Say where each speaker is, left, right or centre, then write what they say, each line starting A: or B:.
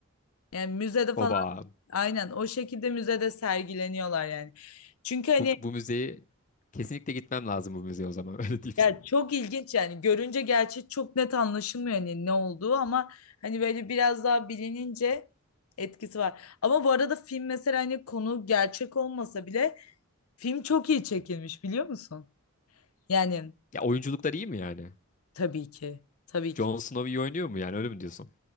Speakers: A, on the left; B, on the left.
A: Yani müzede falan
B: Oba.
A: Aynen o şekilde müzede sergileniyorlar yani. Çünkü hani
B: Bu, bu müzeyi kesinlikle gitmem lazım bu müzeye o zaman <laughs> öyle diyeyim.
A: ya
B: size.
A: çok ilginç yani görünce gerçi çok net anlaşılmıyor hani ne olduğu ama hani böyle biraz daha bilinince etkisi var. Ama bu arada film mesela hani konu gerçek olmasa bile film çok iyi çekilmiş biliyor musun? Yani
B: Ya oyunculuklar iyi mi yani?
A: tabii ki tabii ki.
B: Jon Snow iyi oynuyor mu yani öyle mi diyorsun?